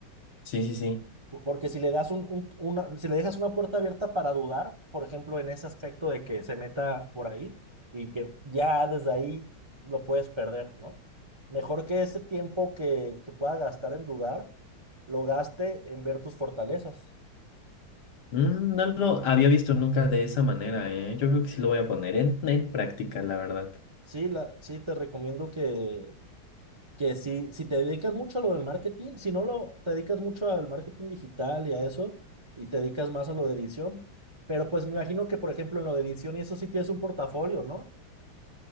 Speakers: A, on the left (about 60°); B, on the right (about 30°).
A: sí, sí, sí.
B: Porque si le das un, un- una, si le dejas una puerta abierta para dudar, por ejemplo, en ese aspecto de que se meta por ahí y que ya desde ahí lo puedes perder, ¿no? Mejor que ese tiempo que, que pueda gastar en dudar, lo gaste en ver tus fortalezas.
A: Mm, no lo había visto nunca de esa manera, ¿eh? Yo creo que sí lo voy a poner en, en práctica, la verdad.
B: Sí, la, sí, te recomiendo que, que si, si te dedicas mucho a lo del marketing, si no lo, te dedicas mucho al marketing digital y a eso, y te dedicas más a lo de edición, pero pues me imagino que, por ejemplo, en lo de edición y eso sí tienes un portafolio, ¿no?